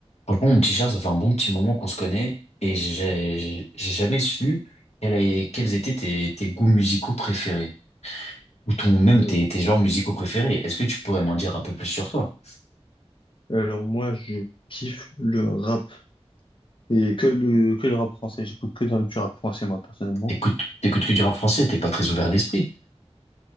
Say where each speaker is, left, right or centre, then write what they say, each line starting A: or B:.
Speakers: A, on the left; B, on the left.
A: Franchement, mon petit Charles, ça fait un bon petit moment qu'on se connaît et j'ai j'ai jamais su quel est- quels étaient tes, tes goûts musicaux préférés ou ton même
B: Euh,
A: tes, tes genres musicaux préférés. Est-ce que tu pourrais m'en dire un peu plus sur toi?
B: alors moi, je kiffe le rap et que le que le rap français. J'écoute que du rap français moi personnellement.
A: T'écoutes, t'écoutes que du rap français, t'es pas très ouvert d'esprit.